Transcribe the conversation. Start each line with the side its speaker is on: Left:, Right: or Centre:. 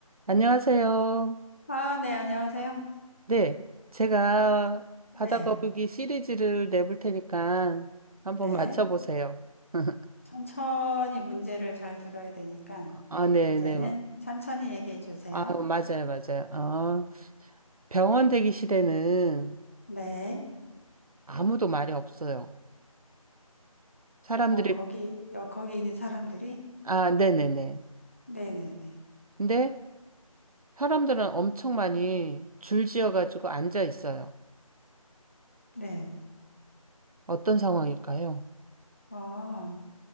Right: 안녕하세요.
Left: 아, 네, 안녕하세요.
Right: 네, 제가
Left: 네,
Right: 바다거북이 시리즈를 내볼 테니까 한번
Left: 네.
Right: 맞춰보세요. <laughs>
Left: 천천히 문제를 잘 들어야 되니까,
Right: 아, 네,
Left: 문제는
Right: 네.
Left: 천천히 얘기해 주세요.
Right: 아, 맞아요, 맞아요. 아, 병원 대기실에는
Left: 네,
Right: 아무도 말이 없어요. 사람들이,
Left: 뭐, 거기, 여- 거기 있는 사람들이?
Right: 아, 네네네.
Left: 네네네.
Right: 근데 사람들은 엄청 많이 줄지어가지고 앉아 있어요.
Left: 네.
Right: 어떤 상황일까요?
Left: 아,